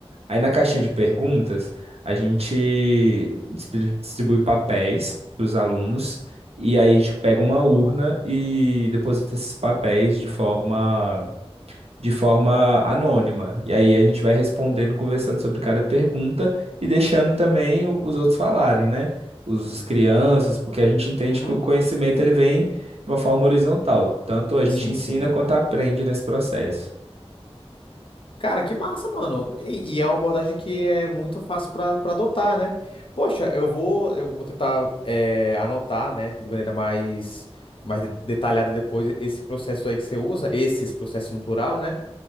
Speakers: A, on the right; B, on the left.
A: Aí na caixinha de perguntas, a gente distri- distribui papéis para os alunos, e aí a gente pega uma urna e deposita esses papéis de forma de forma anônima. E aí a gente vai respondendo, conversando sobre cada pergunta e deixando também o- os outros falarem, né? Os, as crianças, porque a gente entende
B: Uhum.
A: que o conhecimento ele vem de uma forma horizontal. Tanto a gente
B: Sim,
A: ensina
B: sim.
A: quanto aprende nesse processo.
B: Cara, que massa, mano. E, e é uma abordagem que é muito fácil para adotar, né? Poxa, eu vou, eu vou tentar é, anotar, né, de maneira mais, mais de- detalhada depois esse processo aí que você usa, esses processos no plural, né?